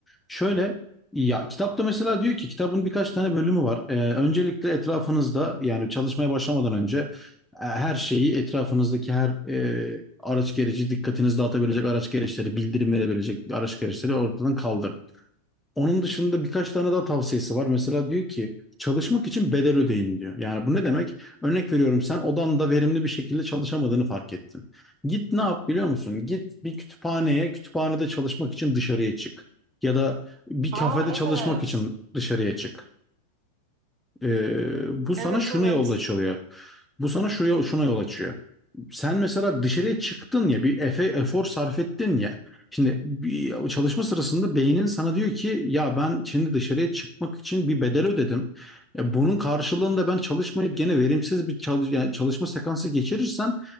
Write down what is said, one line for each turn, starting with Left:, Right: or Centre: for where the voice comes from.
Centre: Şöyle ya kitapta mesela diyor ki kitabın birkaç tane bölümü var. Ee, öncelikle etrafınızda yani çalışmaya başlamadan önce e, her şeyi etrafınızdaki her e, araç gereci dikkatinizi dağıtabilecek araç gereçleri bildirim verebilecek araç gereçleri ortadan kaldırın. Onun dışında birkaç tane daha tavsiyesi var. Mesela diyor ki çalışmak için bedel ödeyin diyor. Yani bu ne demek? Örnek veriyorum sen odanda verimli bir şekilde çalışamadığını fark ettin. Git ne yap biliyor musun? Git bir kütüphaneye, kütüphanede çalışmak için dışarıya çık. Ya da bir
Right: Aa
Centre: kafede
Right: evet.
Centre: çalışmak için dışarıya çık. Ee, bu sana
Right: Evet
Centre: şunu
Right: evet.
Centre: yol açılıyor. Bu sana şu şuna yol açıyor. Sen mesela dışarıya çıktın ya bir efe, efor sarf ettin ya. Şimdi bir çalışma sırasında beynin sana diyor ki ya ben şimdi dışarıya çıkmak için bir bedel ödedim. Ya bunun karşılığında ben çalışmayıp gene verimsiz bir çalış, yani çalışma sekansı geçirirsem